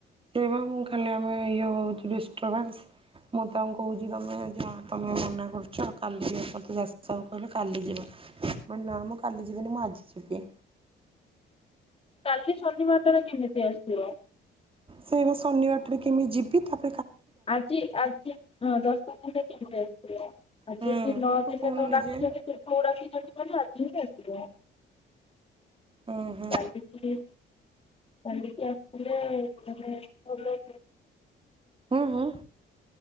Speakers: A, on the right; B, on the left.
A: ସେ ବା ମୁଁ ଖାଲି ଆମେ ଇଏ ହଉଛି ଡିଷ୍ଟର୍ବାନ୍ସ ମୁଁ ତାଙ୍କୁ କହୁଛି ତମେ ଯା ତମେ ମନା କରୁଛ କାଲି ଯିବା କହିଲ କାଲି ଯିବ ମାନେ ନା ମୁଁ କାଲି ଯିବିନି ମୁଁ ଆଜି ଯବି।
B: କାଲି ଶନିବାର ଟାରା କେମିତି ଆସିବ?
A: ସେଇବା ଶନିବାରଟା ରେ କେମିତି ଯିବି ତା
B: ଆଜି ଆଜି ହଁ ଦଶ ଦିନା କେମିତି ଆସିବ ଆଜି
A: ହୁଁ
B: ଏମତି ନଅ
A: ତୁ
B: ଦିନରେ
A: କହୁନୁ
B: ତ
A: ନିଜେ
B: ତୁଠକୁ ଡାକିଛନ୍ତି। ଶାଶୁ କହିଲେ ଆଜିହିଁ ଆସିବ।
A: ହୁଁ ହୁଁ
B: କାଲିକି। କାଲିିକି ଆସିଲେ ମାନେ ଭଲ
A: ହୁଁ ହୁଁ।